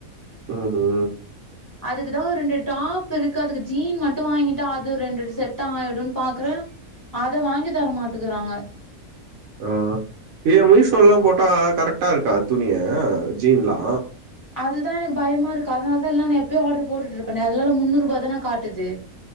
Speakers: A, on the right; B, on the left.
A: ஒஹோ
B: அதுக்குதா ரெண்டு டாப் இருக்கு அதுக்கு ஜீன் மட்டு வாங்கிட்டா அது ஒரு ரெண்ரெண்டு செட்டா ஆய்ருனு பாக்குற அத வாங்கி தர மாட்டுக்குறாங்க
A: ஓ ஏ மீஷோ லலா போட்டா கரெக்டா இருக்கா துணியே ஜீன்லா
B: அதுதா எனக்கு பயமா இருக்கு அதனால தா நா எப்பயோ ஆடர் போட்டுட்ருப்பேனே அதுலலா முன்னூறு ரூபா தான காட்டுது